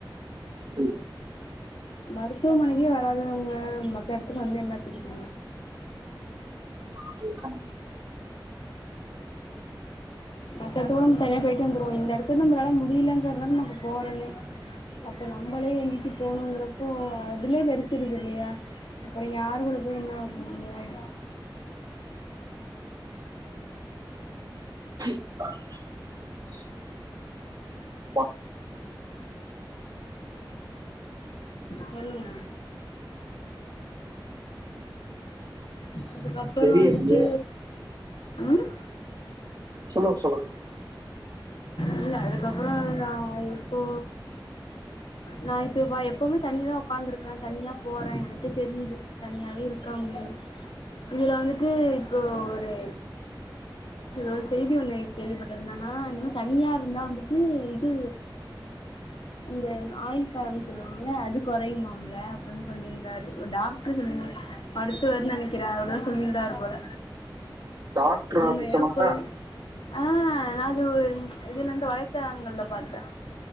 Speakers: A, on the right; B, on the left.
A: சேரி
B: <unintelligible> மருத்துவமனைக்கே வராதவங்க மத்த இடத்துக்கு வந்து என்னத்துக்கு
A: அது கண்டிப்பா
B: மத்த இடத்துக்கூட தனியா போயிட்டு வந்துர்வோ இந்த இடத்துல நம்மளால முடிலங்கறதுதா நாம போறேன்னே அப்ப நம்மளே எஞ்ச்சு போணுங்கிறப்போ அதுலயே வெறுத்துறுது இல்லையா அப்புற யாரு கூட போய் என்னாக போகுது யார்க்கு
A: <unintelligible> <unintelligible>
B: சொல்லுங்க அதுக்கப்புறோ
A: தெரியலையே
B: வந்துட்டு ம்
A: சொல்லுங் சொல்லுங்
B: இல்ல அதுக்கப்புற நா இப்போ நா இப்ப வா எப்போமே தனியா தா உட்காந்துருக்கே தனியா போறே எனக்கே தெரியுது தனியாவே இருக் கம்னு இதுல வந்துட்டு இப்போ ஒரு ஒரு செய்தி ஒன்னு கேள்விபட்டது என்னனா இன்னு தனியா இருந்தா வந்துட்டு இது அந்த ஆயில்காலம்ன்னு சொல்லுவாங்ல அது குறையுமாம்ல அப்டின்னு சொல்லியிருந்தாரு ஒரு டாக்டர் சொல்லி மருத்துவர்ன்னு நெனைக்கிறே அவர்தா சொல்லியிருந்தாரு போல
A: டாக்டர்
B: உண்மையா
A: அப்படி சொன்னாங்க
B: பொய் ஆ நாங்க ஒரு இதுலயிருந் வலைத்தளங்கள்ல பாத்தே